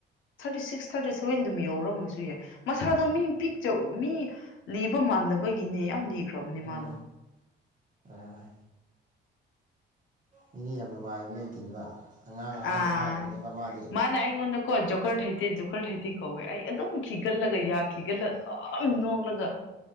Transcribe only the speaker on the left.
ꯊꯥꯔꯇꯤ ꯁꯤꯛꯁ ꯊꯥꯔꯇꯤ ꯁꯚꯦꯟ ꯑꯗꯨꯝ ꯌꯧꯔꯝꯕꯁꯨ ꯌꯥꯏ ꯃꯁꯥꯗꯣ ꯃꯤ
ꯄꯤꯛꯆꯥ ꯃꯤ ꯂꯤꯕ ꯃꯥꯟꯅꯕꯒꯤꯅꯦ ꯌꯥꯝ ꯂꯤ ꯁꯣꯕꯅꯤ
ꯃꯥꯗ
ꯑꯥ
ꯃꯥꯅꯦ ꯏꯣꯟꯟꯀꯣ ꯖꯀꯔꯠ ꯍꯩꯇꯦꯖ ꯀꯀꯔ ꯊꯥꯏꯗꯤ ꯀꯧꯋꯦ ꯑꯩ ꯑꯗꯨꯝ ꯈꯤꯒꯠꯂꯒ ꯌꯥ ꯈꯤꯒꯠꯂꯒ ꯑꯗꯨꯝ ꯅꯣꯂꯒ